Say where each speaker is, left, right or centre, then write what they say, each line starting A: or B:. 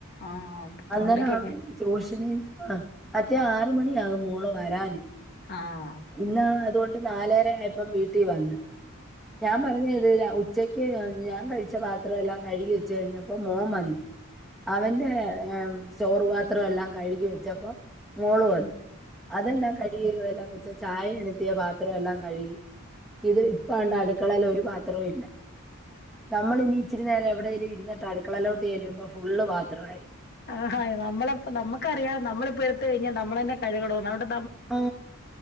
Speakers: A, on the left (about 50°); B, in the centre.
A: ആഹ്
B: അന്നേരം
A: തൊണ്ടക്കൊക്കെ
B: ട്യുഷനി ആഹ് അറ്റ് കൃത്യം ആറ് മണിയാകും മോൾ വരാന്.
A: ആഹ്
B: ഇന്നാണ് അതൊണ്ട് നാലര ആയപ്പോ വീട്ടി വന്ന് ഞാൻ പറഞ്ഞത് ഉച്ചക്ക് ഞാൻ കഴിച്ച പാത്രം എല്ലാം കഴുകി വെച്ച കഴിഞ്ഞപ്പോ മോൻ വന്ന് അവന്റെ ഏർ ചോറുപാത്രം എല്ലാം കഴുകി വെച്ചപ്പോ മോള് വന്നു അതല്ല കഴി യെരു എല്ലവെച്ച ചായ എനത്തിയ പാത്രം എല്ലാം കഴുകി ഇത് ഇപ്പണ്ട അടുക്കളയില ഒരു പാത്രവും ഇല്ല നമ്മൾ ഇനി ഇച്ചിരി നേരം എവിടെലും ഇരുന്നിട്ട് അടുക്കളയിലോട്ട് ചെല്ലുമ്പോ ഫുള്ള് പാത്രവായിരിക്കും
A: ആഹ് നമ്മള് നമ്മക്കറിയാം നമ്മളി എടുത്ത കഴിഞ്ഞാ നമ്മളന്നെ കഴുക്കണം ന്ന് <unintelligible>
B: ആ